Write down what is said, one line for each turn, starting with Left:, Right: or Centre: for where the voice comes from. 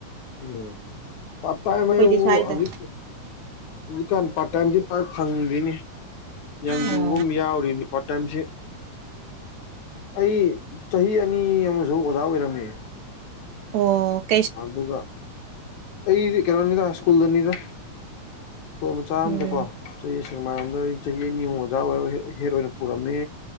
Left: ꯎꯝ ꯄꯥꯔꯠ ꯇꯃꯥꯏ
Right: ꯑꯩꯈꯣꯏꯗꯤ
Left: ꯍꯥꯏꯕꯕꯨ
Right: ꯁ꯭ꯋꯥꯏꯗ
Left: ꯍꯧꯖꯤꯛ ꯍꯧꯖꯤꯛꯀꯥꯟ ꯄꯥꯔ ꯇꯥꯏꯝꯁ ꯄꯥꯛ ꯐꯪꯗꯦꯅ° ꯌꯥꯝ
Right: ꯑꯣ
Left: ꯂꯨꯕ ꯑꯃ ꯌꯥꯎꯔꯤꯅꯤ ꯄꯥꯔꯠ ꯇꯥꯏꯝꯁꯤ ꯑꯩ ꯆꯍꯤ ꯑꯅꯤ ꯑꯃꯁꯨ ꯑꯣꯖꯥ ꯑꯣꯏꯔꯝꯃꯤ
Right: ꯑꯣꯑꫭ
Left: ꯑꯗꯨꯒ ꯑꯩꯗꯤ ꯀꯩꯅꯣꯅꯤꯗ ꯁ꯭ꯀꯨꯜꯗꯅꯤꯗ ꯁ꯭ꯀꯨꯜ ꯃꯆꯥ ꯑꯃꯗꯀꯣ
Right: ꯎꯝ
Left: ꯑꯩ ꯁ°ꯛꯃꯥꯏꯔꫭꯝꯗ ꯆꯍꯤ ꯑꯅꯤꯃꯨꯛ ꯑꯣꯖꯥ ꯑꯣꯏꯔꯣ ꯍꯦꯠ ꯑꯣꯏꯅꯔꯝ ꯄꯨꯔꯃꯦ